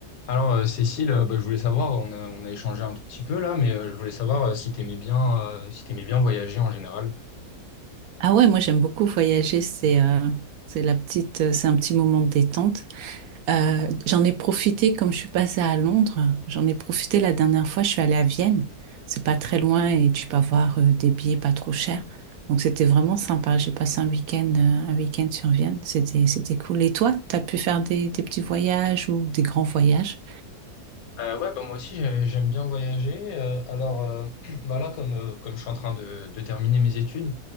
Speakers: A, on the left (about 65°); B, on the right (about 70°).
A: Alors, euh, Cécile, euh, bah, je voulais savoir, on a, on a échangé un tout petit peu là, mais euh, je voulais savoir euh, si t'aimais bien, euh, si t'aimais bien voyager en général.
B: Ah ouais, moi j'aime beaucoup voyager, c'est euh, c'est la petite, euh, c'est un petit moment de détente. Euh, j'en ai profité comme je suis passée à Londres, j'en ai profité la dernière fois, je suis allée à Vienne. C'est pas très loin et tu peux avoir euh, des billets pas trop chers. Donc c'était vraiment sympa. J'ai passé un week-end euh, un week-end sur Vienne, c'était c'était cool. Et toi, t'as pu faire des, des petits voyages ou des grands voyages?
A: Euh, ouais, bah, moi aussi, j'ai- j'aime bien voyager. Euh, alors, euh, <clears throat> bah, là, comme, euh, comme je suis en train de, de terminer mes études,